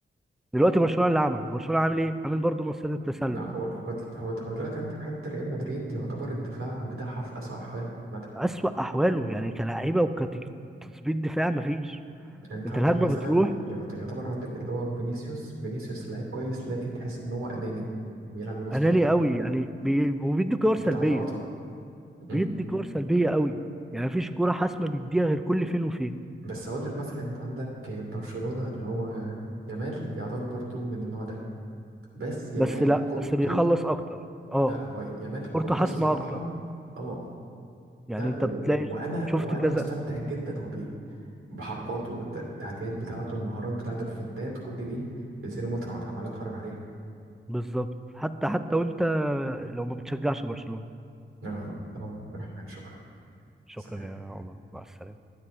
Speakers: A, in the centre; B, on the right.
A: دلوقتي برشلونه اللي عمله برشلونه عامل ايه؟ عامل برضه مصيدة التسلل
B: لا هو هو هو هو دلوقتي عندك حتى ريال مدريد يعتبر الدفاع بتاعها في أسوأ أحواله عامة
A: اسوأ احواله يعني كلاعيبه وكتثبيت دفاع مفيش
B: انت
A: انت
B: عندك
A: الهجمه
B: مثلا
A: بتروح
B: يعت- يعتبر عندك اللي هو فينيسيوس فينيسيوس لعيب كويس لكن تحس ان هو أناني بيلعب لمصلحته
A: اناني قوي يعني بي... وبيدي كور سلبيه
B: بتاع لقطة مم.
A: بيدي كور سلبيه قوي يعني مفيش كوره حاسمه بيديها غير كل فين وفين
B: بس هقول لك مثلا انت عندك برشلونة اللي هو يامال يعتبر برضو من النوع ده بس يامال
A: بس لا
B: كورته
A: بس بيخلص اكتر اه
B: لا هو يامال
A: كورته
B: كورته
A: حاسمه
B: الصراحة
A: اكتر
B: اه
A: يعني
B: لا
A: انت
B: و...
A: بتلاقي
B: وانا
A: شفت
B: وانا
A: كذا
B: مستمتع جدا هو بي... بحركاته الت- التعديات بتاعته المهارات بتاعته الفنتات كل دي بتزيد متعة وانا عمال اتفرج عليها
A: بالظبط حتى حتى وانت لو ما بتشجعش برشلونه
B: اه طبعاً. عبد الرحمن شكرا
A: شكرا
B: سلام
A: يا عمر مع السلامة